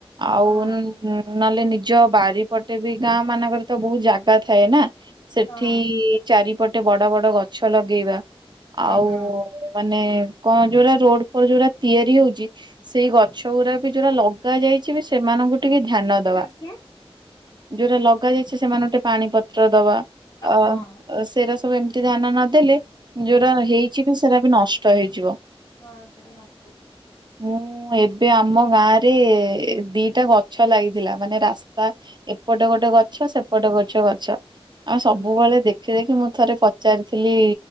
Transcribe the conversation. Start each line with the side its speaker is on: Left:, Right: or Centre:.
Right: ଆଉ
Left: ହଁ
Right: ନହେଲେ ନିଜ ବାରିପଟେ ବି ଗାଁ ମାନଙ୍କରେ ତ ବହୁତ୍ ଜା ଗା ଥାଏ ନା, ସେଠି
Left: ହଁ
Right: ଚାରିପଟେ ବଡ ବଡ ଗଛ ଲଗେଇବା।
Left: ହୁଁ
Right: ଆଉ
Left: ହୁଁ
Right: ମାନେ କଣ ଯୋଉରା ରୋଡ ଫୋଡ଼ ଯୋଉରା ତିଆରି ହୋଉଚି। ସେଇ ଗଛ ଗୁରା ବି ଯୋଉରା ଲଗା ଯାଇଚି ବି ସେମାନଙ୍କୁ ଟିକେ ଧ୍ୟାନ ଦବା,
Left: ଆଜ୍ଞା
Right: ଯୋଉରା ଲଗା ଯାଇଛି ସେମାନଙ୍କୁ ଟିକେ ପାଣିପତ୍ର ଦବା। ଅ
Left: ହଁ
Right: ସେରା ସବୁ ଏମିତି ଧ୍ୟାନ ନଦେଲେ ଯୋଉରା ହେଇଚି ବି ସେରା ବି ନଷ୍ଟ। ନଷ୍ଟ ହେଇଯିବ।
Left: ହଁ ସେ ନଷ୍ଟହେ
Right: ହୁଁ। ହଁ, ଏବେ ଆମ ଗାଁ ରେ ଦିଟା ଗଛ ଲାଗିଥିଲା, ମାନେ ରାସ୍ତା ଏପଟେ ଗୋଟେ ଗଛ ସେପଟେ ଗଛ ଗଛ ଆଉ
Left: ହୁଁ
Right: ସବୁବେଳେ ଦେଖି ଦେଖି ମୋ ଥରେ ପଚାରିଥିଲି,